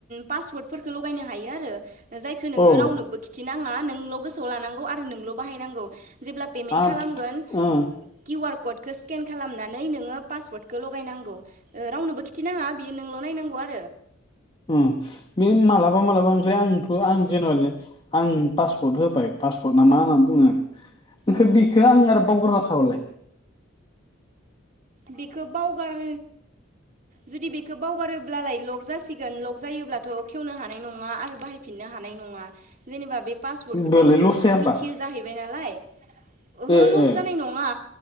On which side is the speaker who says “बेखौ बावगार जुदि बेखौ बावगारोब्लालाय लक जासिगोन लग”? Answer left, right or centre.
Right